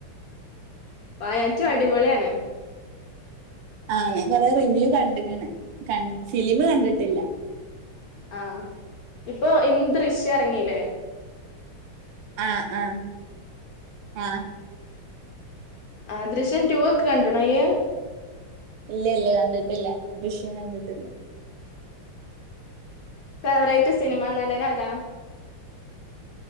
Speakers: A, on the left; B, on the right.
A: വായ റ്റു അടിപൊളിയാണ്
B: ആഹ് ഞാൻ കൊറേ റിവ്യൂ കണ്ട്ക്ക്ണ് ക ഫിലിം കണ്ടിട്ടില്ല
A: ആഹ് ഇപ്പൊ ഇന്ന് ദൃശ്യം ഇറങ്ങീലേ
B: ആഹ് ആഹ് ആഹ്
A: ആഹ് ദൃശ്യം റ്റൂ ഒക്കെ കണ്ട്ണോ ഇയ്യ്
B: ഇല്ല ഇല്ല കണ്ടിട്ടില്ല ദൃശ്യം കണ്ടിട്ടില്ല
A: ഫേവറേറ്റ് സിനിമ നടൻ ആരാ